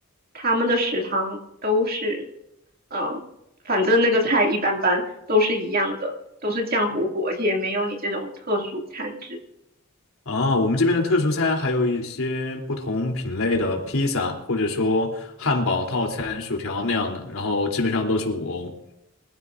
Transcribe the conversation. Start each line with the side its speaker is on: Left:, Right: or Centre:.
Right: 他们的食堂都是嗯、呃反正那个菜一般般，都是一样的，都是酱糊糊，而且也没有你这种特殊餐制。
Left: 啊，我们这边的特殊餐还有一些不同品类的披萨，或者说汉堡套餐、薯条那样的，然后基本上都是五欧。